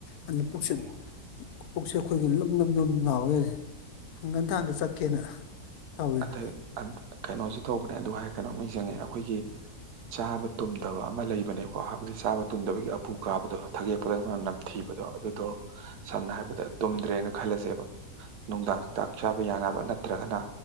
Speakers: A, on the left; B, on the right.
A: ꯑꯗꯨꯅ ꯄꯨꯛꯁꯦ
B: ꯎꯝ,
A: ꯄꯨꯛꯁꯦ ꯑꯩꯈꯣꯏꯒꯤ ꯂꯨꯝ ꯂꯨꯝ ꯂꯨꯝ ꯂꯥꯎꯔꯒꯅꯦ ꯍꯪꯒꯟꯊꯥꯟꯗ ꯆꯠꯀꯦꯅ ꯇꯧꯔꯤꯅꯦ
B: ꯑꯗ ꯑ ꯀꯩꯅꯣꯖꯤ ꯇꯧꯕꯅꯦ ꯑꯗꯨ ꯍꯥꯏ ꯀꯩꯅꯣꯝꯅ ꯅꯤꯡꯖꯤꯡꯉꯦ ꯑꯩꯈꯣꯏꯒꯤ ꯆꯥꯕ ꯇꯨꯝꯗꯕ ꯑꯃ ꯂꯩꯕꯅꯦꯀꯣ ꯍꯥꯏꯕꯗꯤ ꯆꯥꯕ ꯇꯨꯝꯗꯕꯒꯤ ꯑꯕꯨ ꯀꯥꯕꯗꯣ ꯊꯒꯦꯛꯄꯗꯅ ꯅꯝꯊꯤꯕꯗꯣ ꯑꯗꯨꯗꯣ ꯁꯝꯅ ꯍꯥꯏꯔꯕꯗ ꯇꯨꯝꯗ꯭ꯔꯦꯅ ꯈꯜꯂꯁꯦꯕ ꯅꯨꯡꯗꯥꯡ ꯆꯥꯛ ꯆꯥꯕ ꯌꯥꯅꯕ ꯅꯠꯇ꯭ꯔꯒꯅ